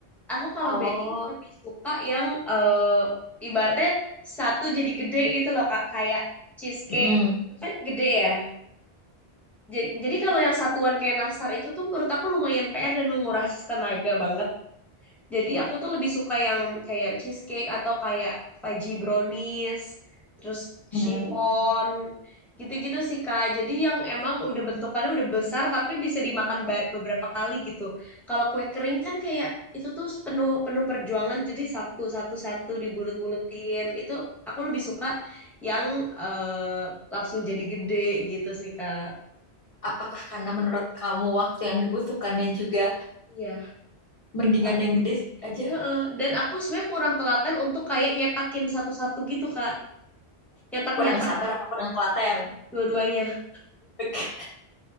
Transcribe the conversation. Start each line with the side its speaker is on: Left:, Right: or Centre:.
Centre: aku kalau
Left: Oh,
Centre: baking tuh lebih suka yang eh, ibaratnya satu jadi gede gitu loh Kak, kayak cheesecake
Left: mm,
Centre: Itu kan gede ya. Ja- Jadi, kalau yang satuan kayak nastar itu tuh menurut aku lumayan PR dan menguras tenaga banget. Jadi aku tuh lebih suka yang kayak cheesecake atau kayak fudgy brownies, terus chiffon,
Left: Hmm.
Centre: gitu-gitu sih Kak. Jadi yang emang udah bentukannya udah besar tapi bisa dimakan ba- beberapa kali gitu. Kalau kue kering kan kayak itu tuh penuh penuh perjuangan jadi satu satu satu dibulut-bulutin. Itu aku lebih suka yang eh, langsung jadi gede gitu sih Kak.
Left: Apakah karena menurut kamu waktu yang dibutuhkannya juga
Centre: Iya.
Left: mendingan
Centre: Kak-
Left: yang gede aja?
Centre: Heeh. Dan aku sebenarnya kurang telaten untuk kayak nyetakin satu-satu gitu, Kak. nyetak-nyetak
Left: Kurang sabar apa kurang telaten?
Centre: dua-duanya
Left: Oke.